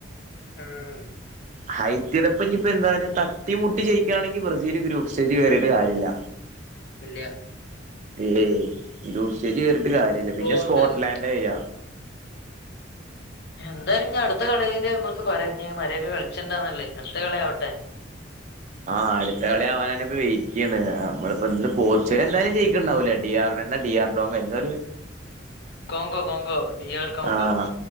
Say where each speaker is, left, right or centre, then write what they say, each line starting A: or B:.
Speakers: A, on the left; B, on the right.
A: ആഹ്
B: ഹൈത്തിയടപ്പ ഇ ഇപ്പൊ എന്ത തട്ടി മുട്ടി ജയ്ക്കണെങ്ക ബ്രസീൽ ഗ്രൂ്പ്പ്സ്റ്റേജ് കേയറിട്ട് കാര്യമില്ല
A: ഇല് യാ
B: ഏയ് ഇ ഉസ്ച്ച് കേറിട്ട് കാര്യല്ല
A: ഇപ്പൊ
B: പിന്നെ
A: കൊണ്ടല്ലേ
B: സ്കോട്ട്ലാൻഡ വരി
A: എന്താലും ഞാ അടുത്ത കളിയില് നമ്മുക്ക് കു മരയൊക്കെ കളിച്ചിണ്ടന്നല്ലേ അടുത്ത കളി ആവട്ടെ
B: ആഹ് ടുത്ത കളി ആവാനന്ന ഇപ്പ വെയിറ്റ് ചെയ്യണ് നമ്മളിപ്പ ഇന്ന് പോർച്ചുഗൽ എന്തായാലും ചെയയിക്കണ്ടാവൂല്ലേ ഡിയർ വല്ല ഡി ആർ ഡോ എന്താല
A: കോ കോ കോകോ ഡിയർ കോ
B: ആഹ്
A: കോ